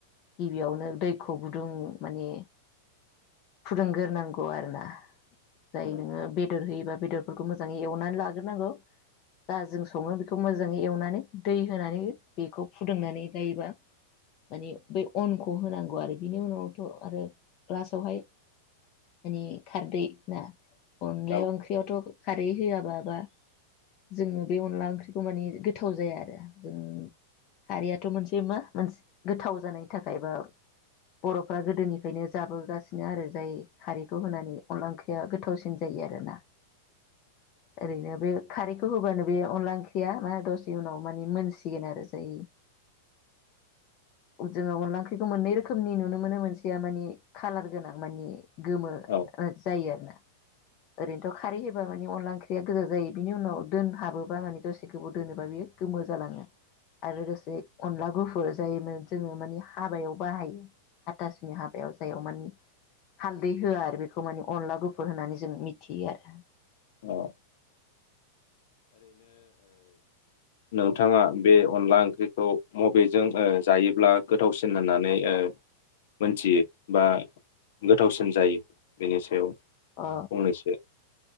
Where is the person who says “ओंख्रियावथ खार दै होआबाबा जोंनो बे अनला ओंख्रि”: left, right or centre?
Left